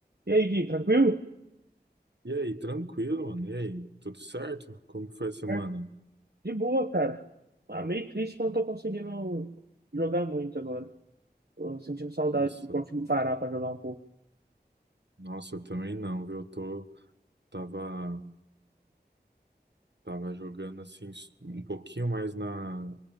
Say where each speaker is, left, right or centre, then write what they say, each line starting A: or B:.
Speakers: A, on the right; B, on the right.
A: E aí, Gui, tranquilo?
B: E aí, tranquilo, mano? E aí, tudo certo? Como foi a semana?
A: É, De boa, cara. Ah, meio triste que eu não tô conseguindo jogar muito agora. Tô sentindo saudade
B: Nossa,
A: de conseguir parar pra jogar um pouco.
B: nossa, eu também não, viu? Eu tô, tava, tava jogando assim um pouquinho mais na,